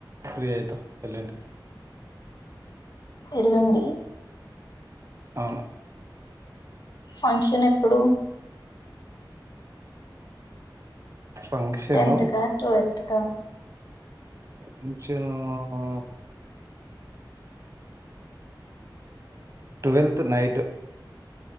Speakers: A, on the right; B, on the left.
A: ఫ్రీ అయిత ఎల్లుండి
B: ఎల్లుండి
A: అవును
B: ఫంక్షన్ ఎప్పుడు
A: ఫంక్షన్
B: టెన్త్ కా ట్వెల్త్ కా
A: ఫంక్షన్ ను ట్వెల్త్ నైట్